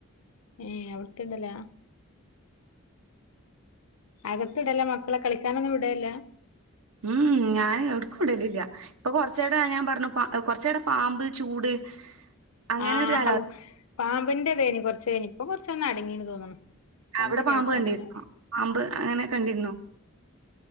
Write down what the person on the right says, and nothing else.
ഉം ഞാൻ എവിടക്കും ഇടലില്ല ഇപ്പൊ കുറച്ചടെ ഞാൻ പറഞ്ഞു പ കുറച്ചടെ പാമ്പ് ചൂട് അങ്ങനെ
ഒരു കാലാവസ്ഥ
അവിടെ
പാമ്പ്
കണ്ടിരുന്നോ പാമ്പ് അങ്ങനെ കണ്ടിരുന്നോ